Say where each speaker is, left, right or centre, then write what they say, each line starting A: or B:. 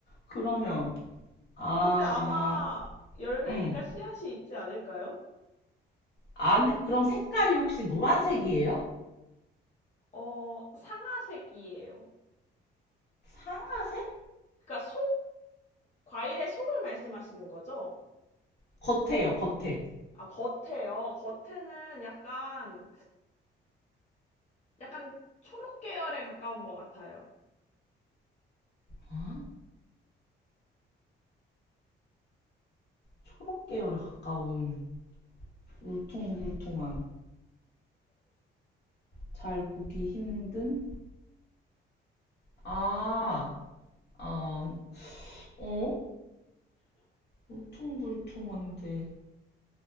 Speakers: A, on the left; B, on the left.
A: 그러면, 아,
B: 근데 아마 열매니까
A: 음.
B: 씨앗이 있지 않을까요?
A: 안에, 그럼 색깔이 혹시 노란색이에요?
B: 어, 상아색이에요.
A: 상아색?
B: 그러니까 속, 과일의 속을 말씀하시는 거죠?
A: 겉에요, 겉에.
B: 아, 겉에요. 겉에는 약간, 약간 초록 계열에 가까운 것 같아요.
A: 아, 초록 계열에 가까운, 울퉁불퉁한, 잘 보기 힘든? 아, 어, 어? 울퉁불퉁한데